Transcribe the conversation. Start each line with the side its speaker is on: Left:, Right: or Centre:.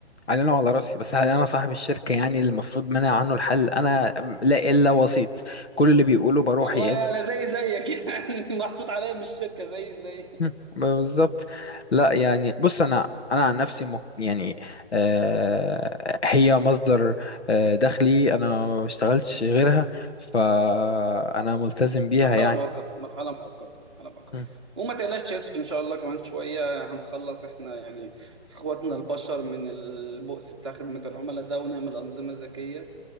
Left: علينا وعلى راسي بس هل انا صاحب الشركه يعني المفروض منع عنه الحل انا لا الا وسيط كل اللي بيقوله بروح
Right: والله
Left: يا اما
Right: انا زي زيك <laughs> يعني محطوط عليا من الشركه زي زي
Left: مم، بالظبط لا يعني بص انا انا عن نفسي مك... يعني آه هي مصدر آه دخلي انا ما بشتغلتش غيرها فانا ملتزم بيها
Right: مرحله
Left: يعني
Right: مؤقته مرحله مؤقته مرحله مؤقته
Left: مم.
Right: وما تقلقش يا يوسف ان شاء الله كمان شويه هنخلص احنا يعني اخواتنا البشر من البؤس بتاع خدمه العملاء ده ونعمل انظمه ذكيه